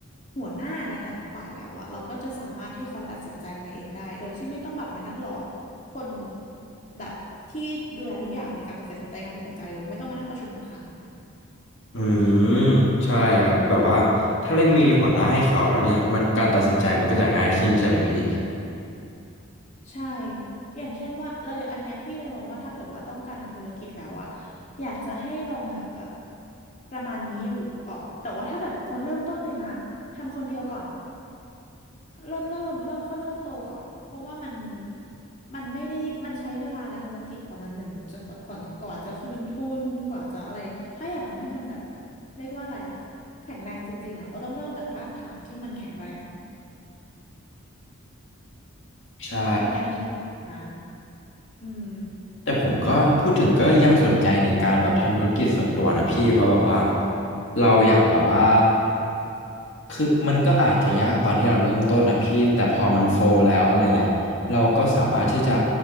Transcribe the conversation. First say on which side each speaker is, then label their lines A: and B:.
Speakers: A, on the left; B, on the left.
A: หัวหน้าในแต่ละฝ่ายแล้วอะเราก็จะสามารถให้เขาตัดสินใจไปเองได้โดยที่ไม่ต้องแบบมานั่งรอคนแบบที่ดูแลทุกอย่างในการตัดสินใจการตัดสินใจหรือไม่ต้องมานั่งประชุมทุกครั้ง
B: อืมใช่ครับแบบว่าถ้าเรามีหัวหน้าให้เขาแล้วเนี่ยมันการตัดสินใจมันก็จะง่ายขึ้นใช่ไหมพี่
A: ใช่อย่างเช่นว่าเลยอันเนี้ยพี่เลยมองว่าถ้าเกิดว่าต้องการทำธุรกิจแล้วอะอยากจะให้ลองหาแบบประมาณนี้อยู่ก่อนแต่ว่าถ้าเกิดตอนเริ่มต้นเลยนะทำคนเดียวก่อน เริ่มเริ่มเริ่มค่อยๆโตก่อนเพราะว่ามันมันไม่ได้มันใช้เวลานะธุรกิจกว่ามันหนึ่งจะกว่าก่อนกว่าจะคืนทุนกว่าจะอะไรถ้าอยากทำให้มันแบบเรียกว่าอะไรอะแข็งแรงจริงๆอะเราต้องเริ่มจากรากฐานที่มันแข็งแรง
B: ใช่
A: ในการทำธุรกิจนะอืม
B: แต่ผมก็พูดถึงก็ยังสนใจในการแบบทำธุรกิจส่วนตัวนะพี่เพราะแบบว่าเราอยากแบบว่า คือมันก็อาจจะยากตอนที่เราเริ่มต้นอ่ะพี่แต่พอมันโฟลแล้วอะไรเงี้ยเราก็สามารถที่จะ